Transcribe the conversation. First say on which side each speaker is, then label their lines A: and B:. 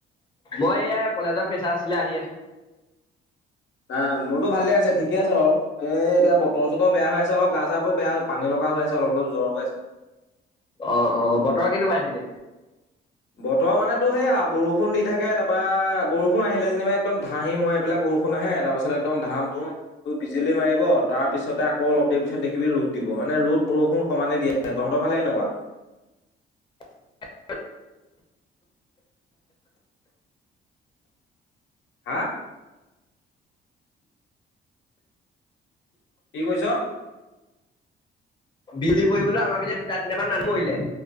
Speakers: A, on the left (about 25°); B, on the left (about 65°).
A: মই এয়া কলেজত ফেচাচ আছিলে আহি আছোঁ।
B: না মোৰ তো ভালে আছে ঠিক। ঠিকে আছে বাৰু এতিয়া বতৰ চতৰ বেয়া হৈ আছে অলপ গা চা বোৰ বেয়া পানী লগা হৈ আছে অলপ অলপ জ্বৰ হৈ আছে।
A: অ অ বতৰ কেনেকুৱা সে পিনে।
B: বতৰ মানে তো সেয়া বৰষুণ দি থাকে তাপা বৰষুণ আহিলে যেনিবা একদম ধাহি মৰাই পেলাই বৰষুণ আহে তাৰপিছত একদম ধাম ধুম বিজুলী মাৰিব তাৰপিছতে আকৌ অলপ দেৰি পিছত দেখিবি ৰ'দ দিব। মানে ৰ'দ বৰষুণ সমানে দি আছে তহতৰ ফালে কেনেকুৱা?
A: <inaudible>
B: হা কি কৈছ?
A: বিজুলী পৰিপোলে আমাৰ পিনে দুটা তিনিটামান মানুহ মৰিলে।